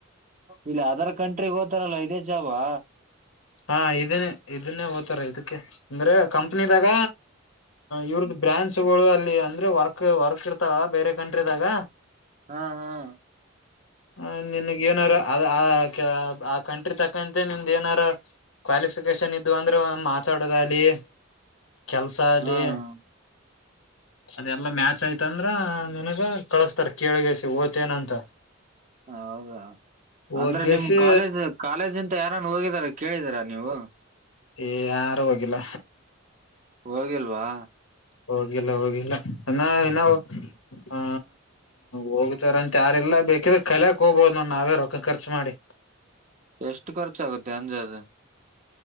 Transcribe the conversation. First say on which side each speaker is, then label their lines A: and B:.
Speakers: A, on the right; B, on the left.
A: ಇಲ್ಲಿ ಅದರ್ ಕಂಟ್ರಿ ಓತಾರಲ್ಲ ಇದೇ ಜಾಬಾ
B: ಹಾ ಇದನ್ನೇ ಇದನ್ನೇ ಓತಾರ ಇದಕ್ಕೆ ಅಂದ್ರೆ ಕಂಪ್ನಿದಾಗ ಇವ್ರದ್ದ ಬ್ರ್ಯಾನ್ಚ್ ಗಳು ಅಲ್ಲಿ ಅಂದ್ರೆ ವರ್ಕ್ ವರ್ಕ್ ಇರ್ತಾವ ಬೇರೆ ಕಂಟ್ರಿದಾಗ
A: ಹಾ ಹಾ
B: ಹ ನಿನ್ಗ್ ಏನಾರ ಅ ಆ ಆ ಕಂಟ್ರಿ ತಕ್ಕಂತೆ ನಿಮ್ದ ಏನಾರ ಕ್ವಾಲಿಫಿಕೇಶನ್ ಇದು ಅಂದ್ರೆ ಮಾತಾಡದಲಿ ಕೆಲ್ಸ ಅಲಿ
A: ಹಾ
B: <inaudible> ಅದೆಲ್ಲಾ ಮ್ಯಾಚ್ ಆಯ್ತ ಅಂದ್ರ ನನ್ಗ ಕಳಸ್ತಾರ ಕೇಳಗಸಿ ಓತೇನಂತ
A: ಹೌದಾ
B: ಹೋಗೇಶಿ
A: ಅಂದ್ರೆ ನಿಮ್ ಕಾಲೇಜ್ ಕಾಲೇಜ್ ಇಂತ ಯಾರನ್ ಹೋಗಿದಾರ ಕೇಳಿದೀರಾ ನೀವು
B: ಏ ಯಾರು ಹೋಗಿಲ್ಲ
A: ಹೋಗಿಲ್ವಾ
B: ಹೋಗಿಲ್ಲ ಹೋಗಿಲ್ಲ ನಾ ನಾವು ಹ ಹೋಗತಾರಂತ ಯಾರಲ್ಲ ಬೇಕಿದ್ರೆ ಕಲಯಕ್ ಹೋಗಬೋದ್ ನೋಡ್ ನಾವೇ ರೊಕ್ಕ ಖರ್ಚು ಮಾಡಿ.
A: ಎಷ್ಟಟ್ ರ್ಚಾಗುತ್ತೆ ಅಂದ ಜದ